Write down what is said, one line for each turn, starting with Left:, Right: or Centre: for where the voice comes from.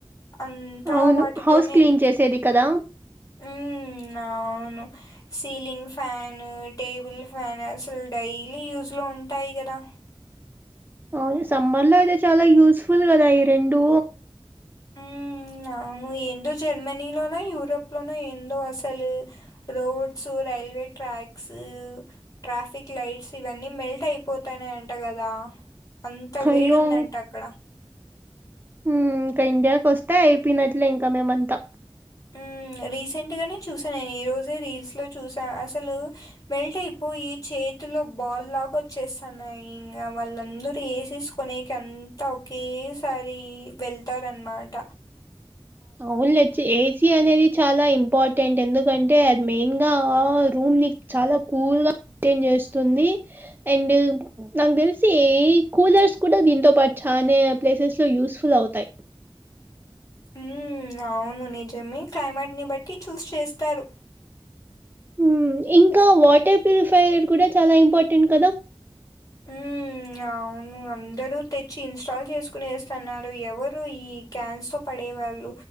Left: అంతా
Right: అవును.
Left: వాటితోనే
Right: హౌస్ క్లీన్ చేసేది కదా!
Left: ఉ అవును సీలింగ్ ఫ్యాన్ టేబుల్ ఫ్యాన్ అసల్ డైలీ యూస్ లో ఉంటాయి కదా
Right: ఓన్లీ సమ్మర్ లో అయితే చాలా యూస్ ఫుల్ కదా ఈ రెండు
Left: ఉ అవును ఎందో జర్మనీలోన యూరప్ లోన ఎందో అసలు roads, railway tracks traffic lights ఇవన్నీ మెల్ట్ అయిపోతాన్నాయంట కదా అంత వేడి
Right: అయ్యో!
Left: ఉందంట అక్కడ
Right: ఉ ఇంకా ఇండియాకొస్తే అయిపోయినట్లే ఇంకా మేమంతా
Left: ఉమ్ రీసెంట్గానే చూసా నేను ఈరోజే రీల్స్లో చూసా అసలు వెల్ట్ అయిపోయి చేతిలో బాల్ లాగా వచ్చేస్తాన్నయి ఇంగ వాళ్ళందరూ ఏసేసి కొనేకి అంత ఒకేసారి వెళ్తార్ అన్ మాట
Right: అవున్ లే చే చి అనేది చాలా ఇంపార్టెంట్ ఎందుకంటే అది మెయిన్ గా రూమ్ ని చాలా కూల్ గా టేన్ చేస్తుంది అండ్ నాకు తెలిసి ఏ కూలర్స్ కూడా దీంతో పాటు చానా ప్లేసెస్ లో యూస్ ఫుల్ అవుతాయ్
Left: ఉ అవును నిజమే క్లైమేట్ ని బట్టి చూస్ చేస్తారు
Right: ఉ ఇంకా వాటర్ ప్యూరిఫయ్యర్ కూడా చాలా ఇంపార్టెంట్ కదా
Left: ఉ అవును అందరూ తెచ్చి ఇన్స్టాల్ చేసుకునే ఏస్తున్నారు ఎవరు ఈ క్యాన్స్ తో పడే వాళ్ళు